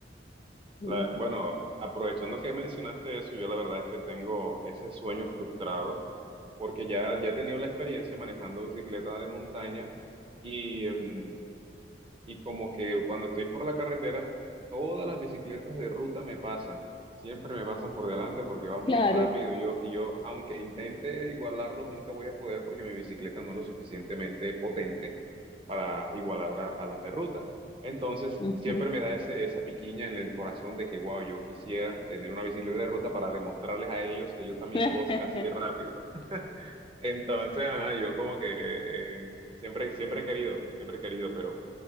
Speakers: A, on the left; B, on the right.
A: Mm,
B: la- bueno, aprovechando que mencionaste eso, yo la verdad es que tengo ese sueño frustrado porque ya, ya he tenido la experiencia manejando bicicleta de montaña y... em, y como que cuando estoy por la carretera, todas las bicicletas de ruta me pasan. Siempre me pasan por delante porque van
A: Claro.
B: bien rápido y yo, y yo, aunque intente igualarlos, nunca voy a poder porque mi bicicleta no es lo suficientemente potente para igualar a, a las de ruta. Entonces,
A: ujú.
B: siempre me da ese, esa piquiña en el corazón de que, wow, yo quisiera tener una bicicleta de ruta para demostrarles a ellos que yo también
A: <laughs>
B: puedo ser así de rápido. <laughs> Entonces, ajá, yo como que eh, siempre, siempre he querido, siempre he querido, pero...